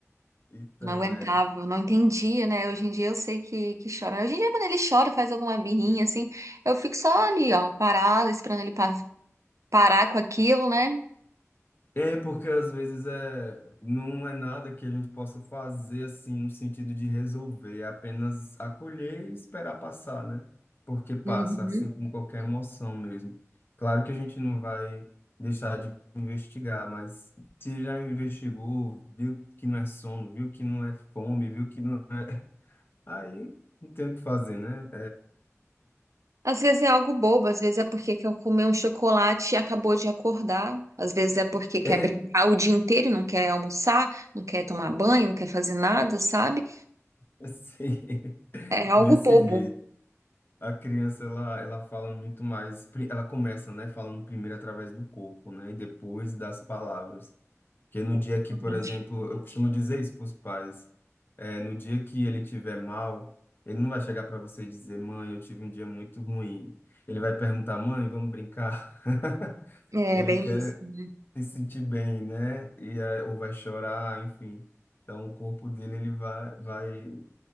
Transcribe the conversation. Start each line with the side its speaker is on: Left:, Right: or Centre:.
Left: Então,
Right: Não aguentava,
Left: é.
Right: não entendia, né? Hoje em dia eu sei que, que chora. Hoje em dia, quando ele chora, faz alguma birrinha assim, eu fico só ali, ó, parada, esperando ele pa- parar com aquilo, né?
Left: É porque às vezes é, não é nada que a gente possa fazer assim no sentido de resolver, é apenas acolher e esperar passar, né? Porque passa,
Right: Uhum.
Left: assim como qualquer emoção mesmo. Claro que a gente não vai deixar de investigar, mas se já investigou, viu que não é sono, viu que não é fome, viu que não é... Aí não tem o que fazer, né?
Right: Às vezes é algo bobo, às vezes é porque quer comer um chocolate e acabou de acordar, às vezes é porque quer
Left: É,
Right: brincar
Left: é
Right: o dia inteiro e não quer almoçar, não quer tomar banho, não quer fazer nada, sabe?
Left: assim, <laughs>
Right: É algo
Left: desse
Right: bobo.
Left: jeito. A criança, ela, ela fala muito mais, pri- ela começa, né, falando primeiro através do corpo, né, e depois das palavras. Porque no
Right: Exatamente.
Left: dia que, por exemplo, eu costumo dizer isso para os pais, é, no dia que ele tiver mal, ele não vai chegar para você e dizer, mãe, eu tive um dia muito ruim. Ele vai perguntar, mãe, vamos brincar? <laughs>
Right: É
Left: Ele
Right: bem
Left: quer
Right: isso, né?
Left: se sentir bem, né, e, eh, ou vai chorar, enfim. Então, o corpo dele, ele vai, vai